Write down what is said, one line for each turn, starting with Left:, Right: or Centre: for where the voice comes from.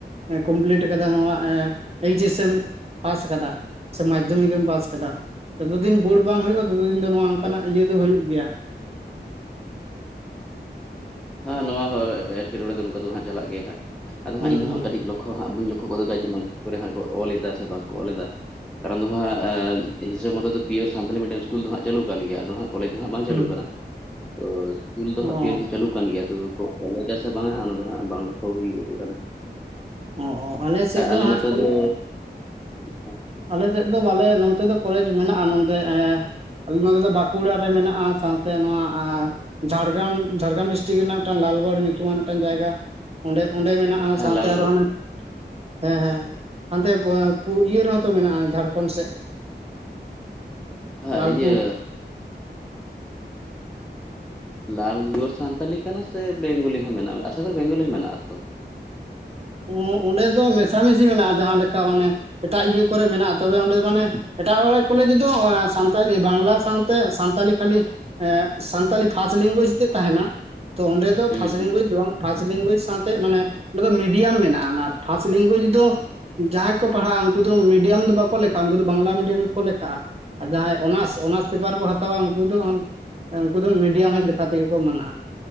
Right: ᱦᱮ ᱠᱚᱢᱯᱞᱤᱴ ᱟᱠᱟᱫᱟ ᱱᱚᱣᱟ ᱮᱻ ᱮᱭᱤᱪ ᱮᱥ ᱮᱢ ᱯᱟᱥ ᱟᱠᱟᱫᱟ ᱥᱮ ᱢᱟᱫᱽᱫᱷᱚᱢᱤᱠ ᱮᱢ ᱯᱟᱥ ᱠᱮᱫᱟ ᱡᱚᱛᱚ ᱫᱤᱱ ᱵᱳᱲ ᱵᱟᱝ ᱦᱩᱭᱩᱜᱼᱟ ᱛᱚᱛᱚ ᱫᱤᱱ ᱫᱚ ᱱᱚᱣᱟᱝᱠᱟᱱᱟᱜ
Centre: ᱟᱪᱪᱷᱟ
Right: ᱤᱭᱟᱹ ᱫᱚ ᱦᱩᱭᱩᱜ ᱜᱮᱭᱟ
Centre: ᱦᱮᱸ ᱱᱚᱣᱟ ᱦᱚ ᱮᱴᱠᱮᱴᱚᱬᱮ ᱫᱚ ᱱᱚᱝᱠᱟ ᱫᱚ ᱦᱟᱸᱜ ᱪᱟᱞᱟᱜ ᱜᱮᱭᱟ ᱦᱟᱸᱜ ᱟᱫᱚ
Right: ᱦᱩᱸ
Centre: ᱦᱟᱸᱜ ᱤᱧ ᱫᱚ
Right: ᱦᱩᱸ
Centre: ᱦᱟᱸᱜ ᱠᱟᱹᱴᱤᱡᱼᱼ ᱠᱷᱚ ᱦᱟᱸᱜ ᱵᱟᱹᱧ ᱞᱚᱠᱠᱷᱚ ᱜᱚᱫ ᱟᱠᱟᱜᱼᱟ ᱡᱮ ᱢᱟᱨᱥᱤᱴ ᱠᱚᱨᱮ ᱦᱟᱸᱜ ᱠᱚ ᱚᱞ ᱮᱫᱟ ᱥᱮ ᱵᱟᱝᱠᱚ ᱚᱞ ᱮᱫᱟ ᱠᱟᱨᱚᱱ ᱫᱚ ᱦᱟᱸᱜ ᱟᱹᱻ ᱦᱤᱥᱟᱹᱵᱽ ᱢᱚᱛᱚ ᱫᱚ ᱯᱤᱭᱳᱨ ᱥᱟᱱᱛᱟᱞᱤ ᱢᱤᱰᱤᱭᱟᱢ ᱤᱥᱠᱩᱞ ᱫᱚ ᱦᱟᱸᱜ ᱪᱟᱹᱞᱩ ᱠᱟᱱ ᱜᱮᱭᱟ ᱟᱫᱚ ᱦᱟᱸᱜ ᱠᱚᱞᱮᱡᱽ ᱫᱚ ᱦᱟᱸᱜ ᱵᱟᱝ
Right: ᱦᱩᱸ
Centre: ᱪᱟᱹᱞᱩᱜ ᱠᱟᱱᱟ ᱛᱚ ᱤᱥᱠᱩᱞ ᱫᱚ
Right: ᱚ
Centre: ᱦᱟᱸᱜ ᱯᱤᱭᱳᱨ <unintelligible> ᱪᱟᱹᱞᱩᱜ ᱠᱟᱱ ᱜᱮᱭᱟ ᱫᱚ ᱠᱚ ᱠᱚᱞᱮᱡᱟ ᱥᱮ ᱵᱟᱝᱟ ᱚᱱᱟ ᱫᱚ ᱦᱟᱸᱜ ᱵᱟᱝ ᱞᱚᱠᱠᱷᱚ ᱦᱩᱭᱩᱜ ᱠᱟᱱᱟ
Right: ᱚ ᱚ ᱥᱮᱫ
Centre: ᱟᱨ ᱟᱞᱮ ᱱᱚᱛᱮ
Right: ᱦᱟᱸᱜ
Centre: ᱫᱚ <unintelligible>
Right: ᱟᱞᱮᱥᱮᱫ ᱫᱚ ᱵᱟᱞᱮ ᱱᱚᱱᱛᱮ ᱫᱚ ᱠᱚᱞᱮᱡᱽ ᱢᱮᱱᱟᱜᱼᱟ ᱱᱚᱰᱮ ᱮᱸᱼᱼ ᱟᱞᱮ ᱱᱚᱛᱮ ᱫᱚ ᱵᱟᱸᱠᱩᱲᱟ ᱨᱮ ᱢᱮᱱᱟᱜᱼᱟ ᱥᱟᱶᱛᱮ ᱱᱚᱣᱟ ᱟᱸᱼᱼ ᱡᱷᱟᱲᱜᱨᱟᱢ ᱡᱷᱟᱲᱜᱨᱟᱢ ᱰᱤᱥᱴᱨᱤᱠ ᱨᱮᱱᱟᱜ ᱢᱤᱫᱴᱟᱝ ᱞᱟᱞᱜᱚᱲ ᱧᱩᱛᱩᱢᱟᱱ ᱢᱤᱫᱴᱟᱝ ᱡᱟᱭᱜᱟ ᱚᱸᱰᱮ ᱚᱸᱰᱮ ᱢᱮᱱᱟᱜ ᱟᱨ
Centre: ᱦᱮᱸ
Right: ᱥᱟᱶᱛᱮ
Centre: ᱞᱟᱞᱜᱚᱲ
Right: ᱟᱨᱦᱚᱸ ᱦᱟᱱᱮ
Centre: ᱨᱮ
Right: ᱦᱮᱸ ᱦᱮᱸ ᱦᱟᱱᱛᱮ ᱟᱸ ᱯᱩ <inaudible> ᱤᱭᱟᱹ ᱨᱮᱦᱚᱸ ᱛᱚ ᱢᱮᱱᱟᱜᱼᱟ ᱡᱷᱟᱨᱠᱷᱚᱸᱰ ᱥᱮᱫ <unintelligible>
Centre: ᱦᱟᱜ
Right: ᱞᱟᱞᱯᱩᱨ
Centre: ᱤᱭᱟᱹᱻ ᱞᱟᱞ ᱜᱚᱲ ᱥᱟᱱᱛᱟᱞᱤ ᱠᱟᱱᱟ ᱥᱮ ᱵᱮᱝᱜᱚᱞᱤ ᱦᱚᱸ ᱢᱮᱱᱟᱜᱼᱟ ᱟᱥᱟ ᱠᱚᱨᱮ ᱵᱮᱝᱜᱚᱞᱤ ᱦᱚᱸ ᱢᱮᱱᱟᱜᱼᱟ ᱛᱚ
Right: ᱚᱸ ᱚᱸᱰᱮ ᱫᱚ ᱢᱮᱥᱟ ᱢᱤᱥᱤ ᱢᱮᱱᱟᱜᱼᱟ ᱡᱟᱦᱟᱸ ᱞᱮᱠᱟ ᱢᱟᱱᱮ ᱮᱴᱟᱜ ᱤᱭᱟᱹ ᱠᱚᱨᱮ ᱢᱮᱱᱟᱜᱼᱟ ᱛᱚᱵᱮ ᱚᱸᱰᱮ ᱢᱟᱱᱮ ᱮᱴᱟᱜ ᱦᱚᱲᱟᱜ ᱠᱚᱞᱮᱡᱽ ᱫᱚ ᱥᱟᱱᱛᱟᱞᱤ ᱵᱟᱝᱞᱟ ᱥᱟᱶ ᱛᱮ ᱥᱟᱱᱛᱟᱞᱤ ᱠᱷᱟᱹᱞᱤ ᱮᱸ ᱥᱟᱱᱛᱟᱞᱤ ᱯᱷᱟᱥ ᱞᱮᱝᱜᱩᱣᱮᱡᱽ ᱛᱮᱜ ᱛᱟᱦᱮᱱᱟ᱾ ᱛᱚ ᱚᱸᱰᱮ ᱫᱚ
Centre: ᱦᱩᱸ
Right: ᱯᱷᱟᱥ
Centre: ᱦᱩᱸ
Right: ᱞᱮᱝᱜᱩᱣᱮᱡᱽ ᱫᱚ ᱵᱟᱝ ᱯᱷᱟᱥ ᱞᱮᱝᱜᱩᱣᱮᱡᱽ ᱥᱟᱶᱛᱮ ᱢᱟᱱᱮ ᱚᱸᱰᱮ ᱫᱚ ᱢᱤ ᱰᱤᱭᱟᱹᱢ ᱢᱮᱱᱟᱜᱼᱟ ᱚᱱᱟ ᱯᱷᱟᱥ ᱞᱮᱝᱜᱩᱣᱮᱡᱽ ᱫᱚ ᱡᱟᱦᱟᱸᱭ ᱠᱚ ᱯᱟᱲᱦᱟᱜᱼᱟ ᱩᱝᱠᱩ ᱫᱚ ᱢᱤᱰᱤᱭᱟᱹᱢ ᱫᱚ ᱵᱟᱠᱚ ᱞᱮᱠᱷᱟᱜᱼᱟ ᱩᱝᱠᱩ ᱫᱚ ᱵᱟᱝᱞᱟ ᱢᱤᱰᱤᱭᱟᱹᱢ ᱠᱚ ᱞᱮᱠᱷᱟᱜᱼᱟ᱾ ᱟᱨ ᱡᱟᱦᱟᱸᱭ ᱚᱱᱟᱥ ᱚᱱᱟᱨᱥ ᱯᱮᱯᱟᱨ ᱠᱚ ᱦᱟᱛᱟᱣᱟ ᱩᱱᱠᱩ ᱫᱚ ᱩᱱᱠᱩ ᱫᱚ ᱢᱤᱰᱤᱭᱟᱢ ᱦᱤᱡ ᱞᱮᱠᱟᱛᱮᱜᱮ ᱠᱚ ᱢᱟᱱᱟᱜᱼᱟ᱾